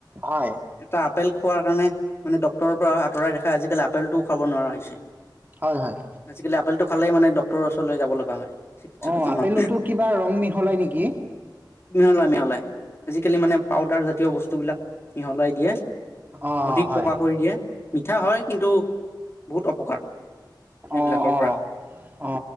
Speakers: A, on the right (about 25°); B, on the left (about 35°).
A: হয়
B: এটা আপেল খোৱাৰ কাৰণে মানে ডক ক্তৰ পৰা আঁতৰাই ৰাখে আজিকালি আপেলটোও খাব নোৱাৰা হৈছে।
A: হয় হয়
B: আজিকালি আপেলটো খালেই মানে ডকক্তৰৰ ওচৰলৈ য লগা হয়। চিকিৎসক
A: অ
B: এজনৰ।
A: আপেলতো কিবা ৰং মিহলাই নেকি
B: মিহলাই আজিকালি মানে পাউদাৰ জাতীয় বস্তুবলাক মিহলাই দিয়ে।
A: অ'
B: অধিক
A: হয়
B: পকা কৰি দিয়ে মিঠা হয় কিন্তু বহুত অপকাৰ সেইবিলাকৰ
A: অ অ
B: পৰা
A: অ